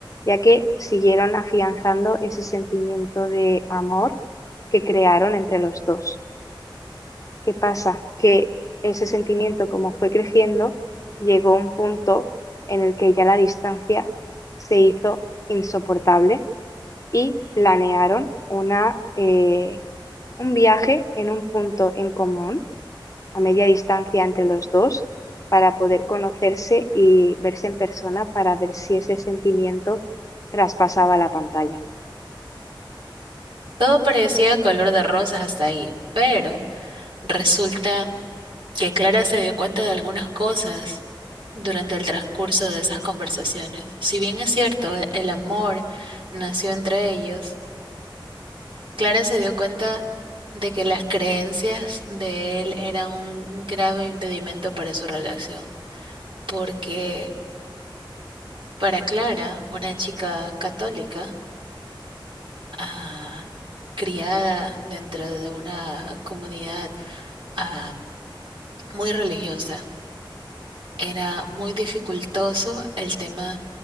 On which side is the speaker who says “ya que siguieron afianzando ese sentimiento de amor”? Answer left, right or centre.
Left